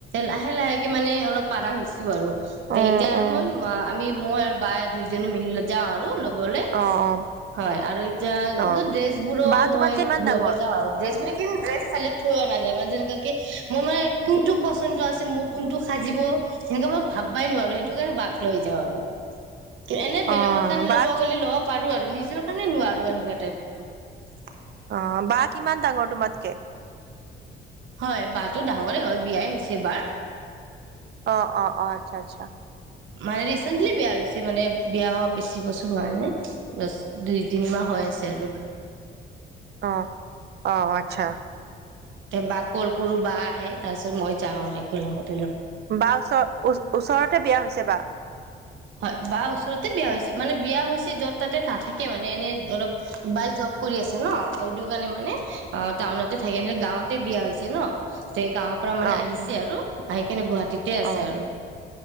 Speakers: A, on the right; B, on the right.
A: লাহে লাহেকে মানে অলপ পাৰা হৈছো আৰু
B: অ',
A: তে এতিয়া আৰু
B: অ',
A: মই, আমি মই আৰু বায়ে দুইজনী মিলি লৈ যাওঁ আৰু ৰু লবলৈ,
B: অ', অ',
A: হয় আৰু এতিয়া
B: অ'।
A: ড্ৰেছ বোৰো
B: বা তোমাতকে
A: মই
B: কিমান ডাঙৰ?
A: ল'ব যাওঁ আৰু ড্ৰেছবোৰ <inaudible> মই যেনেকুৱাকে, মই মানে কোন টো পচন্দ আছে, মোৰ কোনটো সাজিব, সেটো মই ভাববাই নোৱাৰো, সেইটো কাৰণে বাক লৈ যাওঁ আৰু। এনে বেলেগৰ
B: অ',
A: কাৰণে
B: বা
A: ল'ব গ'লে ল'ব পাৰো আৰু নিজৰ কাৰণে নোৱাৰো, এনেকুৱা টাইপ
B: অ', বা কিমান ডাঙৰ তোমাতকে?
A: হয়, বাতো ডাঙৰে হয়, বিয়াই হৈছে বাৰ
B: অ, অ, অ, আচ্ছা, আচ্ছা।
A: মানে ৰিচেন্টলি বিয়া হৈছে মানে, বিয়া হোৱা বেছি বছৰ হোৱা নাই। দুই তিনিমাহ হৈ আছে আৰু। <inaudible>
B: অঁ, অ' আচ্ছা।
A: তে বাক কল কৰো বা আহে, তাৰ পিছত মই যাওঁ আৰু একে লগত
B: বা ওচৰৰ‌ ওচ ওচৰতে বিয়া হৈছে বা।
A: হয় বা ওচৰতে বিয়া হৈছে মানে বিয়া হৈছে যত তাতে নাথাকে মানে এনে অলপ বাই জব কৰি আছে ন। সেইটো কাৰণে মানে অ টাউনতে থাকে নে গাঁৱত বিয়া হৈছে ন, তে গাঁৱৰ পৰা মানে
B: অ',
A: আহিছে
B: অ',
A: আৰু আহি কেনে গুৱাহাটী ঠিকেই আছে
B: অ',
A: আৰু